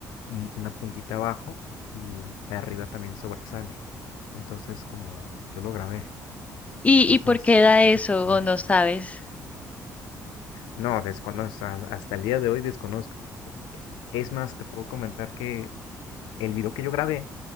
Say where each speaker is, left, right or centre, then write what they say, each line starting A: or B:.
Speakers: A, on the left; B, on the left.
A: un- una puntita abajo y la arriba también sobresale. Entonces, como yo lo grabé,
B: ¿Y,
A: entonces
B: y por qué da
A: es
B: eso
A: lo que pude.
B: o no sabes?
A: No, desconozco, has- hasta el día de hoy desconozco. Es más, te puedo comentar que el video que yo grabé,